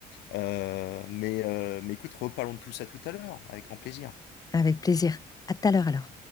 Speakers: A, on the left (about 85°); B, on the left (about 20°).
A: Euh, mais, euh, mais écoute, reparlons de tout ça tout à l'heure, avec grand plaisir.
B: Avec plaisir. À tout à l'heure alors.